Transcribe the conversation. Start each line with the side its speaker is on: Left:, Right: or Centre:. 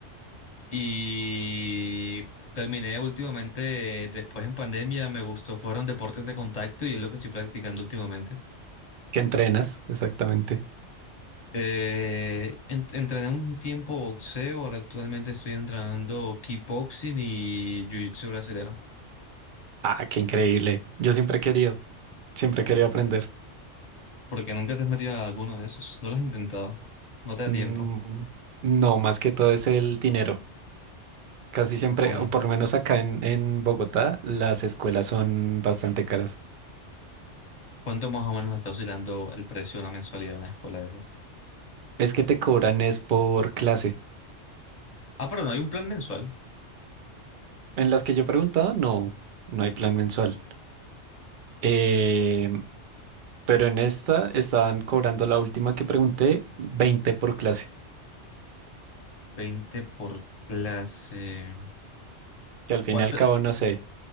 Left: Y terminé últimamente, eh, después en pandemia, me gustó, fueron deportes de contacto y es lo que estoy practicando últimamente.
Right: Que entrenas, exactamente.
Left: Eh, en- entrené un tiempo boxeo, ahora actualmente estoy entrenando kickboxing y jiu-jitsu brasilero.
Right: Ah, qué increíble. Yo siempre he querido, siempre he querido aprender.
Left: ¿Por qué nunca te has metido a alguno de esos? ¿No lo has intentado? ¿No te da
Right: Mm,
Left: tiempo?
Right: No, más que todo es el dinero. Casi siempre,
Left: ¿O no?
Right: o por lo menos acá en, en Bogotá, las escuelas son bastante caras.
Left: ¿Cuánto más o menos está oscilando el precio de una mensualidad de una escuela de esas?
Right: Es que te cobran es por clase.
Left: Ah, pero no, hay un plan mensual.
Right: En las que yo preguntaba, no, no hay plan mensual. Eh, pero en esta estaban cobrando la última que pregunté, 20 por clase.
Left: veinte por clase.
Right: Que al fin
Left: ¿Cuánto?
Right: y al cabo, no sé,